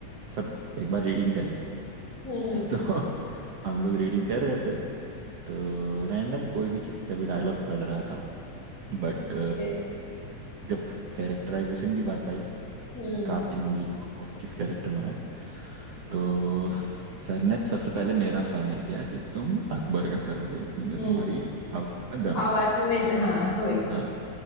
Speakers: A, on the right (about 65°); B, on the left (about 65°).
A: सब एक बार रीडिंग करेंगे
B: हम्म
A: <laughs> तो हम लोग रीडिंग कर रहे थे तो रैंडम कोई भी किसी का भी डायलॉग पढ़ रहा था बट
B: ये,
A: जब कैरेक्टराइजेशन की बात आई
B: हम्म
A: कास्टिंग होगी कौन कौन किस कैरेक्टर में आएगा तो सर ने सबसे पहले मेरा फाइनल किया कि तुम अकबर का करोगे क्योंकि
B: हम्म
A: तुम्हारी आवाज में दम
B: आवाज
A: है
B: में हाँ वही
A: हाँ